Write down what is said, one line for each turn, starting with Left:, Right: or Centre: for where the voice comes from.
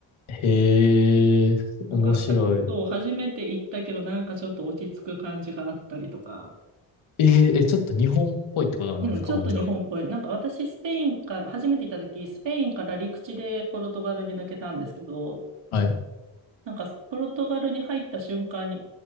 Left: へえ、
Right: だからはじ、
Left: 面白い。
Right: そう、初めて行ったけど、なんかちょっと落ち着く感じがあったりとか。
Left: えー、え、ちょっと日本っぽいってことなんですか、
Right: うん、ちょっと日本っぽい。
Left: ほんじゃ。
Right: なんか私、スペインから、初めて行った時、スペインから陸地でポルトガルに抜けたんですけど、
Left: はい。
Right: なんかポルトガルに入った瞬間に、ん